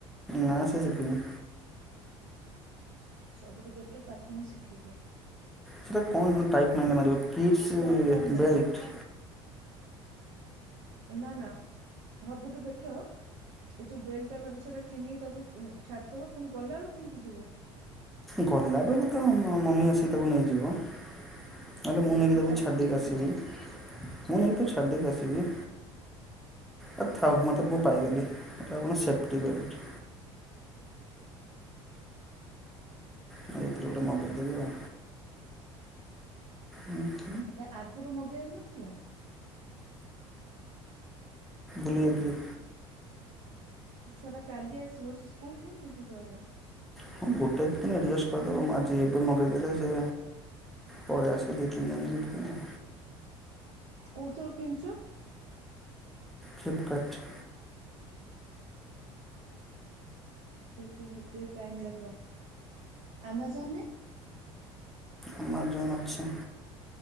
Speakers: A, in the centre; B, on the right.
A: ନା ସେ ଶିକିନି।
B: ସବୁଠୁ ବେଟର ତାକୁ ହିଁ ଶିଖେଇଦିଅ।
A: ସେଟା କଣ ଟାଇପ ମାଇନେ ମାରିବ କିଡସ
B: କିଛି ଦରକାର ନାହିଁ
A: ବେଲଟ୍।
B: ନା ନା ସବୁଠୁ ବେଟ ଏଇ ଯୋଉ ବେଲ୍ଟଟା ଭାବିଛ ଏଟା କିଣେଇ ତାକୁ ଉଁ ଛାଡିଦବ ପୁଣି ଗଲାବେଳକୁ କେମିତି ଯିବ।
A: ଗଲା ବେଳକୁ ତ ମ-ମମି ଆସିକି ତାକୁ ନେଇଯିବ। ନହେଲେ ମୁଁ ନେଇକି ତାକୁ
B: ଚାଲି
A: ଛାଡ଼ି
B: ଚାଲିକି
A: ଦେଇକି ଆସିିବି।
B: ଯିବ
A: ମୁଁ ନେଇକି ତାକୁ ଛାଡ଼ିଦେଇକି ଆସିବି ଆ ଥାଉ ମତେ ମୁଁ ପାଇଗଲି ଏଟା ଆପଣ ସେଫଟି ବେଲଟ୍। ଆ ଏଇଥିରୁ ଗୋଟେ ମଗେଇଦେବି ଆଉ। ହୁଁ।
B: ଏଇଟା ଆଗୁରୁ ମଗେଇବାର ନଥିଲା।
A: ଭୁଲିଯାଇଥିଲି।
B: ସେ ଛୁଆଟା କାଲି ଆସିବ ସେ ସ୍କୁଲ୍ କେମତି ଯିବ ଏବେ।
A: ହଁ ଗୋଟେ ଦିଇ ଦିନ ଆଡ଼ଜଷ୍ଟ କରିଦବ ଆଜି ଏବେ ମଗେଇଦେଲେ ସେ ପଳେଇ ଆସିବ ଦିଇ ତିନି ଦିନ ଭିତରେ।
B: କୋଉଥୁରୁ କିଣଚ?
A: ଫ୍ଲିପକାର୍ଟ।
B: ତ ସେ ହେତ ଟାଇମ ଲାଗିବ ଆମାଜନରେ।
A: ଆମାଜନ ଅଛି